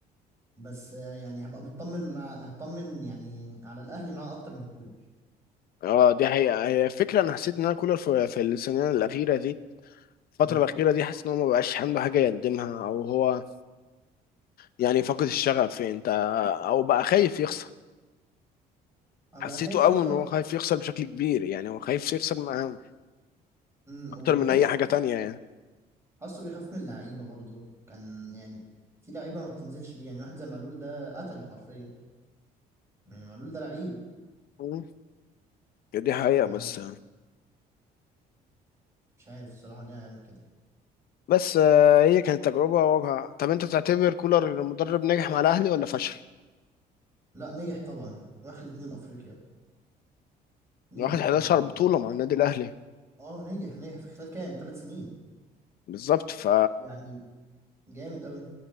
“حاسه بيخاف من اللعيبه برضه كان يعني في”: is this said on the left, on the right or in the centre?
Right